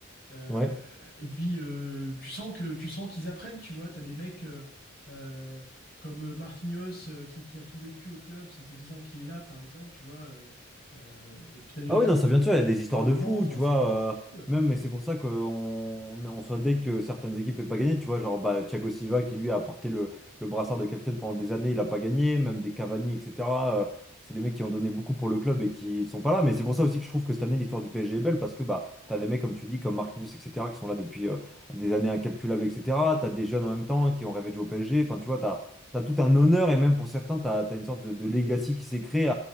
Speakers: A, on the left (about 50°); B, in the centre.
A: Euh,
B: ouais.
A: et puis euh, tu sens que tu sens qu'ils apprennent, tu vois, tu as des mecs euh, euh, comme Marquinhos euh, qui, qui, a tout vécu au club, ça fait dix ans qu'il est là par exemple, tu vois. Euh, euh, et puis tu as des
B: Ah
A: mecs
B: oui,
A: comme
B: non, ça bien sûr, il y a des histoires
A: 29
B: de fous,
A: ans, enfin
B: tu
A: c'est
B: vois. euh,
A: ouais.
B: même, mais c'est pour ça qu'on on on soit dès que certaines équipes n'aient pas gagné, tu vois. Genre, bah, Thiago Silva qui lui a porté le, le brassard de capitaine pendant des années, il n'a pas gagné. Même des Cavani, etc. euh, c'est des mecs qui ont donné beaucoup pour le club et qui sont pas là. Mais c'est pour ça aussi que je trouve que cette année, l'histoire du PSG est belle parce que bah, t'as des mecs, comme tu dis, comme Marquinhos, etc., qui sont là depuis euh, des années incalculables, etc. T'as des jeunes en même temps qui ont rêvé de jouer au PSG. Enfin, tu vois, t'as, t'as tout un honneur et même pour certains, t'as, t'as une sorte de, de legacy qui s'est créé